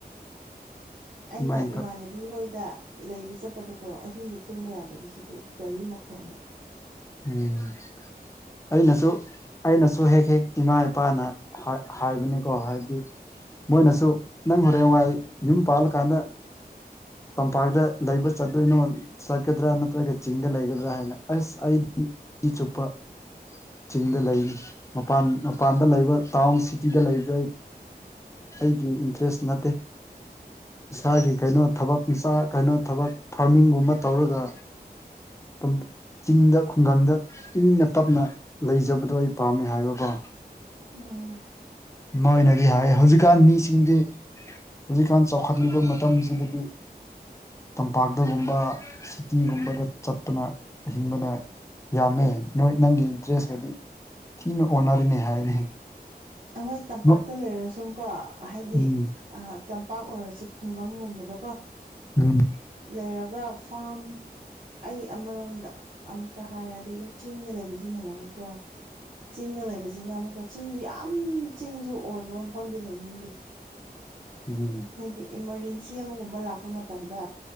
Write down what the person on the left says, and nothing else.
ꯑꯗꯨꯃꯥꯏꯅ
ꯇꯧ
ꯎꯪ ꯑꯩꯅꯖꯨ ꯑꯩꯅꯁꯨ ꯍꯦꯛ ꯍꯦꯛ ꯏꯃꯥ ꯏꯄꯥꯅ ꯍꯥꯏ ꯍꯥꯏꯕꯅꯤꯀꯣ ꯍꯥꯏꯗꯤ ꯃꯣꯏꯅꯁꯨ ꯅꯪ ꯍꯣꯔꯦꯟꯋꯥꯏ ꯌꯨꯝ ꯄꯥꯜꯂꯀꯥꯟꯗ ꯇꯝꯄꯥꯛꯇ ꯂꯩꯕ ꯆꯠꯇꯣꯏꯅꯣ ꯆꯠꯀꯗ꯭ꯔꯥ ꯅꯠꯇ꯭ꯔꯒ ꯆꯤꯡꯗ ꯂꯩꯒꯗ꯭ꯔꯥ ꯍꯥꯏꯅ ꯑꯥꯁ ꯑꯩ ꯏꯆꯨꯞꯄ ꯆꯤꯡꯗ ꯂꯩꯅꯤ ꯃꯄꯥꯟ ꯃꯄꯥꯟꯗ ꯂꯩꯕ ꯇꯥꯎꯟ ꯁꯤꯇꯤꯗ ꯂꯩꯕꯗꯣ ꯑꯩ ꯑꯩꯒꯤ ꯏꯟꯇ꯭ꯔꯦꯁ ꯅꯠꯇꯦ ꯏꯁꯥꯒꯤ ꯀꯩꯅꯣ ꯊꯕꯛ ꯃꯤꯆꯥ ꯀꯩꯅꯣ ꯊꯕꯛ ꯐꯥꯔꯃꯤꯡꯒꯨꯝꯕ ꯇꯧꯔꯒ ꯇꯨꯝ ꯆꯤꯡꯗ ꯈꯨꯡꯒꯪꯗ ꯏꯪꯅ ꯇꯞꯅ ꯂꯩꯖꯕꯗꯣ ꯑꯩ ꯄꯥꯝꯃꯦ ꯍꯥꯏꯕꯀꯣ
ꯃꯣꯏꯅꯗꯤ ꯍꯥꯏꯌꯦ ꯍꯧꯖꯤꯛꯀꯥꯟ ꯃꯤꯁꯤꯡꯗꯤ ꯍꯧꯖꯤꯛꯀꯥꯟ ꯆꯥꯎꯈꯠꯂꯤꯕ ꯃꯇꯝꯁꯤꯗꯗꯤ ꯇꯝꯄꯥꯛꯇꯒꯨꯝꯕ ꯁꯤꯇꯤꯒꯨꯝꯕꯗ ꯆꯠꯇꯅ ꯍꯤꯡꯕꯗ ꯌꯥꯝꯃꯦ ꯅꯣꯏ ꯅꯪꯒꯤ ꯏꯟꯇꯔꯦꯁꯀꯗꯤ ꯊꯤꯅ ꯑꯣꯟꯅꯔꯅꯤ ꯍꯥꯏꯅꯦ
ꯎꯝ
ꯎꯝ
ꯎꯝ
ꯎꯝ ꯎꯝ